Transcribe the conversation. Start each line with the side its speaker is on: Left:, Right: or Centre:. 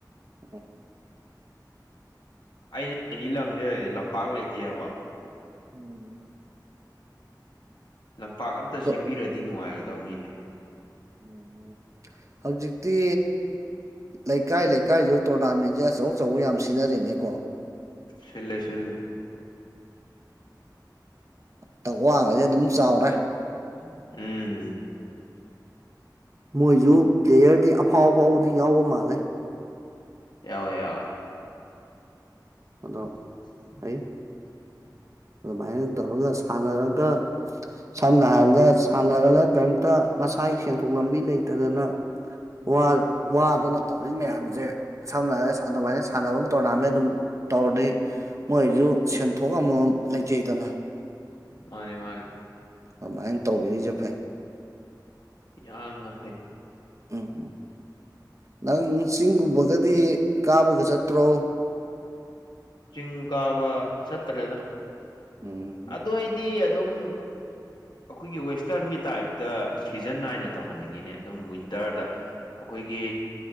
Right: ꯎꯝ
Left: ꯑꯩꯅ ꯁꯤꯒꯤ ꯂꯝꯁꯦ ꯂꯝꯄꯥꯛ ꯂꯩꯇꯦꯕ
Right: ꯎꯝ
Left: ꯂꯝꯄꯥꯛ ꯑꯝꯇ
Right: ꯑꯗꯣ
Left: ꯁꯦꯝꯕꯤꯔꯗꯤ ꯅꯨꯡꯉꯥꯏꯒꯗꯧꯅꯤꯅꯦ
Right: ꯎꯝ ꯎꯝ ꯍꯧꯖꯤꯛꯇꯤ ꯂꯩꯀꯥꯏ ꯂꯩꯀꯥꯏꯗꯨꯗ ꯇꯣꯔꯅꯥꯃꯦꯟꯁꯦ ꯑꯆꯧ ꯑꯆꯧꯕ ꯌꯥꯝ ꯁꯤꯖꯤꯟꯅꯔꯦꯅꯦꯀꯣ
Left: ꯁꯤꯂꯦ ꯁꯤꯂꯦ
Right: ꯇꯛꯋꯥꯒꯗꯤ ꯑꯗꯨꯝ ꯆꯥꯎꯔꯦ
Left: ꯃ ꯎꯝ
Right: ꯃꯣꯏꯁꯨ ꯄ꯭ꯂꯦꯌꯔꯗꯤ ꯑꯐꯥꯎ ꯑꯐꯥꯎꯕꯗꯤ ꯌꯥꯎꯕ ꯃꯥꯜꯂꯦ
Left: ꯌꯥꯋꯦ ꯌꯥꯎꯋꯦ
Right: ꯑꯗꯣ
Left: ꯁ
Right: ꯐꯩ ꯑꯗꯨꯃꯥꯏꯅ ꯇꯧꯔꯒ ꯁꯥꯟꯅꯔꯒ ꯁꯝꯅ ꯍꯥꯏꯔꯕꯗ ꯁꯥꯟꯅꯔꯒ ꯀꯔꯤꯝꯇ ꯃꯁꯥꯒꯤ ꯁꯦꯟꯊꯣꯛ ꯂꯝꯕꯤ ꯂꯩꯇꯗꯅ
Left: <unintelligible>
Right: ꯋꯥ ꯋꯥꯗꯅ ꯇꯧꯔꯤ ꯃꯌꯥꯝꯁꯦ ꯁꯝꯅ ꯍꯥꯏꯔꯒ ꯑꯗꯨꯃꯥꯏꯅ ꯁꯥꯟꯅꯕ ꯇꯣꯔꯅꯥꯃꯦꯟ ꯑꯗꯨꯝ ꯇꯧꯔꯗꯤ ꯃꯣꯏꯁꯨ ꯁꯦꯟꯊꯣꯛ ꯑꯃꯃꯝ ꯂꯩꯖꯩꯗꯅ
Left: ꯃꯥꯅꯦ ꯃꯥꯅꯦ
Right: ꯑꯗꯨꯃꯥꯏꯅ ꯇꯧꯕꯤꯔꯤꯁꯦ ꯐꯩ
Left: ꯌꯥꯝꯅ ꯐꯩ
Right: ꯎꯝ ꯅꯪ ꯆꯤꯡꯒꯨꯝꯕꯒꯗꯤ ꯀꯥꯕꯒ ꯆꯠꯇ꯭ꯔꯣ
Left: ꯆꯤꯡ ꯀꯥꯕ ꯆꯠꯇꯔ꯭ꯦꯗꯥ
Right: ꯎꯝ
Left: ꯑꯗꯨ ꯑꯩꯗꯤ ꯑꯗꯨꯝ ꯑꯩꯈꯣꯏꯒꯤ ꯋꯦꯁꯇ꯭ꯔꯟꯒꯤ ꯇꯥꯏꯞꯇ ꯁꯤꯖꯟ ꯅꯥꯏꯅ ꯇꯧꯍꯟꯅꯤꯡꯉꯤꯅꯦ ꯑꯗꯨꯝ ꯋꯤꯟꯇꯔꯗ ꯑꯩꯈꯣꯏꯒꯤ